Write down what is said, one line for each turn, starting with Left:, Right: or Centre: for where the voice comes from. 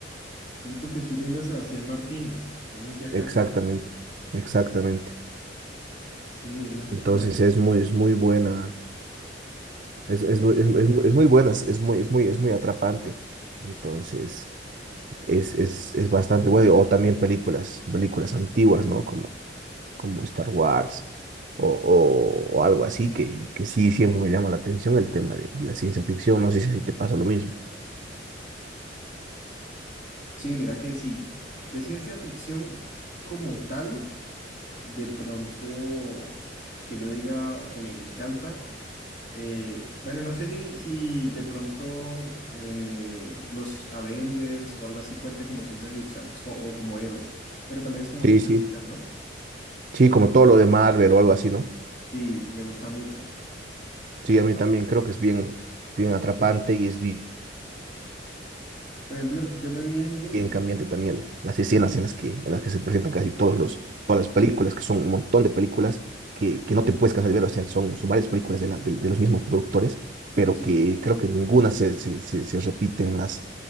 Left: Sí, porque estoy viendo a Sebastián Martínez. Él es de acá
Right: Exactamente,
Left: de Colombia.
Right: exactamente.
Left: Sí, el, ast-
Right: Entonces
Left: el ast-
Right: es muy, es muy buena, es, es, muy- es, es muy es muy buena, es es muy, es muy, es muy atrapante. Entonces es, es, es bastante bueno. O también películas, películas antiguas, ¿no? Como, como Star Wars o, o, o algo así, que, que sí siempre me llama la atención el tema de la ciencia ficción. No sé si a ti te pasa lo mismo.
Left: Sí, mira que sí. De ciencia ficción como tal, de pronto que yo diga que me encanta. eh, bueno, no sé si, si de pronto eh, los Avengers o algo así cuente como ciencia ficción es co- o como héroes, pero también es como
Right: Sí,
Left: ciencia
Right: sí.
Left: ficción, ¿no?
Right: Sí, como todo lo de Marvel o algo así, ¿no?
Left: Sí, me gusta mucho.
Right: Sí, a mí también creo que es bien, bien atrapante y es bien
Left: Por ejemplo, yo me vi Endgame.
Right: bien cambiante también el- las escenas en las que, en las que se presentan casi todos los, todas las películas, que son un montón de películas que, que no te puedes cansar de ver, o sea, son, son varias películas de, la- de- de los mismos productores, pero
Left: Sí,
Right: que creo que ninguna se, se, se, se repite en las,